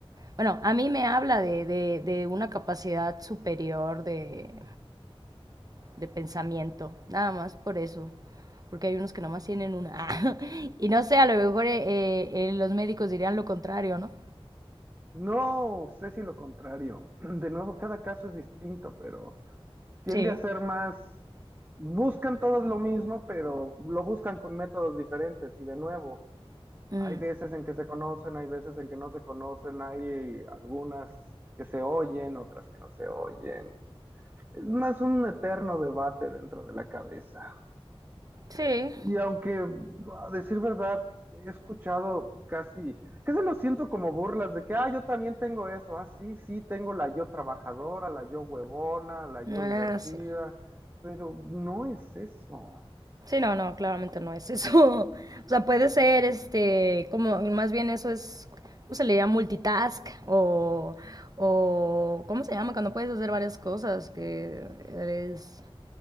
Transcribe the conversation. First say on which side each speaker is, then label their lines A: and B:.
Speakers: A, on the right (about 40°); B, on the right (about 20°).
A: bueno, a mí me habla de, de- de una capacidad superior de, de pensamiento, nada más por eso. Porque hay unos que nomás tienen una. <laughs> Y no sé, a lo mejor eh, eh, eh, los médicos dirían lo contrario, ¿no?
B: No sé si lo contrario. <clears throat> De nuevo, cada caso es distinto, pero tiende
A: Sí.
B: a ser más, buscan todos lo mismo, pero lo buscan con métodos diferentes y de nuevo,
A: Mm.
B: hay veces en que se conocen, hay veces en que no se conocen, hay algunas que se oyen, otras que no se oyen. Es más un eterno debate dentro de la cabeza.
A: Sí.
B: Y aunque, a decir verdad, he escuchado casi, casi lo siento como burlas de que, ah, yo también tengo eso, ah, sí, sí, tengo la yo trabajadora, la yo huevona, la yo
A: Ah,
B: divertida,
A: sí.
B: pero no es eso.
A: Sí, no, no, claramente no es eso. <laughs> O sea, puede ser, este, como, más bien eso es, ¿cómo se le llama? Multitask o, o, ¿cómo se llama? Cuando puedes hacer varias cosas que eres,